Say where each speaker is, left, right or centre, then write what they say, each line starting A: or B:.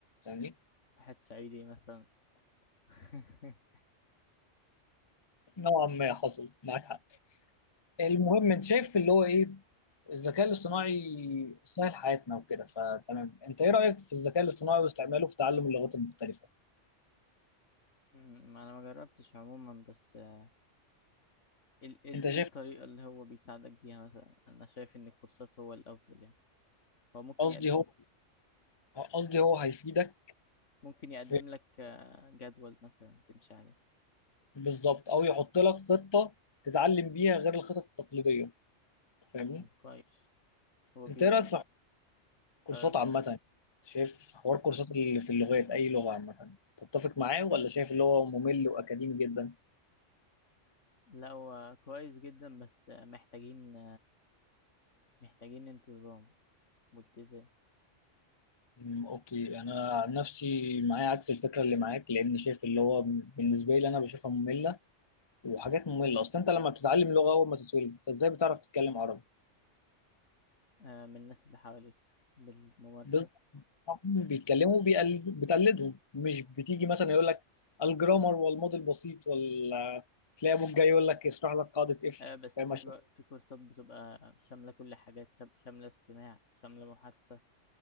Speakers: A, on the left; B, on the left.
A: يعني
B: واحد صعيدي مثلا <laughs>
A: نوعا ما حصل معاك حق المهم انت شايف اللي هو ايه الذكاء الاصطناعي سهل حياتنا وكده فتمام انت ايه رايك في الذكاء الاصطناعي واستعماله في تعلم اللغات المختلفه
B: مم، ما أنا ما جربتش عموما بس آه، ال ال
A: انت
B: إيه
A: شايف
B: الطريقة اللي هو بيساعدك بيها مثلا أنا شايف إن الكورسات هو الأفضل يعني هو ممكن
A: قصدي
B: يقدم
A: هو قصدي هو هيفيدك
B: ممكن يقدم
A: في
B: لك آه، جدول مثلا تمشي عليه
A: بالظبط او يحط لك خطه تتعلم بيها غير الخطط التقليديه فاهمني
B: مم، كويس هو
A: انت
B: بي
A: ايه رايك في كورسات
B: آه،
A: عامة شايف حوار كورسات اللي في اللغات أي لغة عامة تتفق معاه ولا شايف اللي هو ممل وأكاديمي جدا؟
B: لا هو كويس جدا بس محتاجين محتاجين انتظام والتزام
A: أمم، أوكي أنا عن نفسي معايا عكس الفكرة اللي معاك لأن شايف اللي هو بالنسبة لي أنا بشوفها مملة وحاجات مملة أصلا أنت لما بتتعلم لغة أول ما تتولد أنت إزاي بتعرف تتكلم عربي؟
B: آه، من الناس اللي حواليك بالممارسة
A: بالظبط هم بيتكلموا بيقل- بتقلدهم مش بتيجي مثلا يقول لك الجرامر والماضي البسيط ولا تلاقي أبوك جاي يقول لك اشرح لك قاعدة إف
B: آه، بس
A: فاهم
B: في
A: عشان-
B: بقى- في كورسات بتبقى شاملة كل حاجات سب- شاملة استماع شاملة محادثة